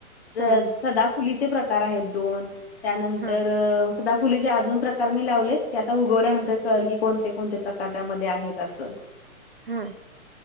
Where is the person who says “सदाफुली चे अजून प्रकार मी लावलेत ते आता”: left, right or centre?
Left